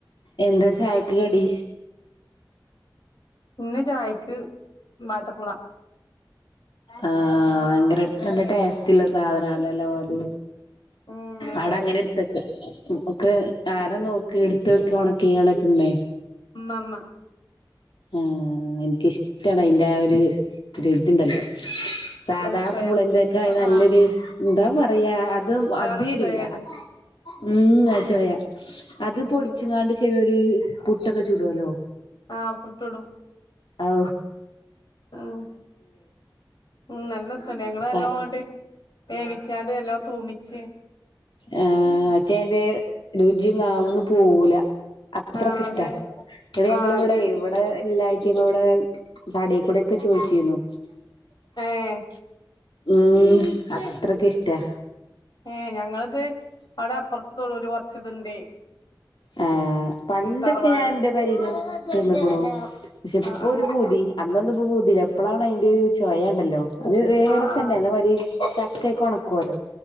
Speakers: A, on the left (about 85°); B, on the left (about 65°).
A: എന്താ ചായക്ക് കടി
B: ഇന്ന് ചായക്ക് ബാട്ടപ്പുള
A: ആ ഭയങ്കര നല്ല ടെസ്റ്റ്‌ ല്ല സാധാനല്ലോ അത്
B: ഉം അതെ
A: അട അങ്ങനെ എടുത്തക്ക് ഒക്കെ ആരാ നോക്കി എടുത്ത് വക്ക ഉണക്കിങ്ങാണ്ട് മ്മേ
B: മമ്മ
A: ആ എനിക്കിഷ്ടണ് അതിന്റെ ആ ഒരു ഒരു ഇതുണ്ടല്ലോ സാധാ
B: അത് ചൊയ
A: പൂളന്റെ ഒക്കെ
B: ആഹ്
A: നല്ലൊരു
B: ആഹ്
A: എന്താ പറയാ അത്
B: വേറൊരു
A: അത്
B: ചൊയേണ്
A: രൂല മം ആചോയ അത്
B: ഉം
A: പൊടിച്ചങ്ങാണ്ട്
B: ഉം
A: ചെലോര് പുട്ടൊക്കെ ചൂടുല്ലോ
B: ആ പുട്ട് ടും
A: ഓ
B: മം മം നല്ലസണ്ട് ഞങ്ങൾ നല്ലോണ്ട്
A: പ
B: വേവിച്ചാട് നല്ലോം തൂമിച്ച്
A: ആ റ്റെന്റെ രുചിനാവ്ന്ന് പോവൂല അത്രക്ക്‌
B: ആഹ്
A: ഇഷ്ടാ
B: അതെ
A: ഇടെ ഞങ്ങള്
B: ആഹ്
A: ഇവടെ
B: അതെ
A: ഇവടെ എല്ലായിറ്റെം കൂടെ കടേ കൂടെ ത്ത് ചോയ്ചീന്നു
B: ഏഹ്
A: ഉം അത്രക്ക്‌ ഇഷ്ടാ
B: ഏ ഞങ്ങളിത് അവടെ അപ്പറത്ത് തൊളുര് കൊറച്ച്ത്ണ്ടേ
A: ആ പണ്ടൊക്കെ
B: തറവാട്
A: ഞാൻ എന്റെ പെരിന്ന് തീന്ന്ക്ക്ണു പക്ഷെപ്പോരു
B: ആഹ് ആഹ്
A: പൂതി അന്നൊന്നുംപ്പോ പൂതില്ല ഇപ്പോഴാണ് അതിന്റെ ഒരു ചോയ ഇണ്ടല്ലോ അത് വേറെ
B: ആഹ് ആഹ്
A: തന്നെ അതേ മാരി ചക്കക്കെ ഒണക്കൊല്ലൊ